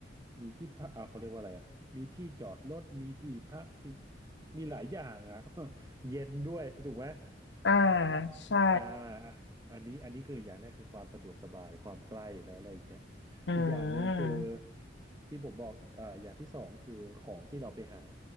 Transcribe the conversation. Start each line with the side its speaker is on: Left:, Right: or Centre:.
Right: มีที่พักอ่าเขาเรียกว่าอะไรอ่ะมีที่จอดรถมีที่พักมีมีหลายอย่างอ่ะ <laughs> เย็นด้วยถูกไหม
Left: อ่าใช่
Right: อ่าอันนี้อันนี้คืออย่างแรกคือความสะดวกสบายความใกล้และอะไรอย่างเงี้ย
Left: อืม
Right: อีกอย่างหนึ่งคือที่ผมบอกอ่าอย่างที่สองคือของที่เราไปหา